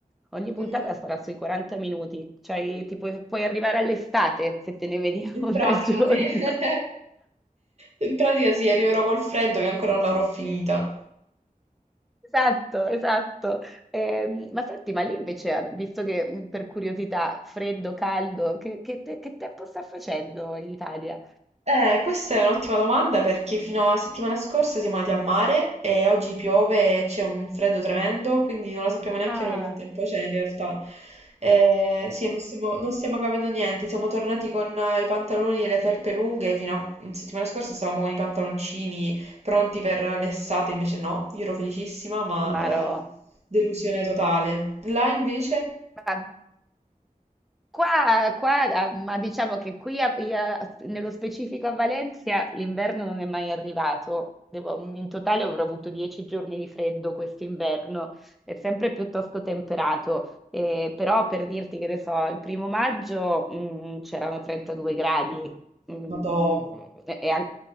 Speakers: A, in the centre; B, on the right.
A: Ogni puntata
B: Mm.
A: sarà sui 40 minuti, cioè ti puoi, puoi arrivare all'estate se te ne vedi <laughs>
B: In
A: una
B: pratica,
A: al giorno.
B: sì. <laughs> In pratica sì, arriverò col freddo che ancora non l'avrò finita.
A: Esatto, esatto. Ehm, ma senti, ma lì invece, ad- visto che mh, per curiosità, freddo, caldo, che, che te- che tempo sta facendo in Italia?
B: Eh, questa è un'ottima domanda perché fino a settimana scorsa siamo andati a mare e oggi piove e c'è un freddo tremendo, quindi non lo sappiamo neanche
A: Ah,
B: noi che tempo c'è in realtà. Eh, sì, non stiamo, non stiamo capendo niente, siamo tornati con eh, i pantaloni e le felpe lunghe, fino a mm, settimana scorsa stavamo con i pantaloncini pronti per l'estate, invece no, io ero felicissima, ma
A: Maro,
B: eh, delusione totale. Là invece,
A: ma qua, qua, ah, ma diciamo che qui a- i- a- nello specifico a Valencia l'inverno non è mai arrivato. Devo- in totale avrò avuto dieci giorni di freddo quest'inverno, è sempre piuttosto temperato. Eh, però per dirti che ne so, il primo maggio mm, c'erano 32 gradi, Mm,
B: noto
A: e, e an-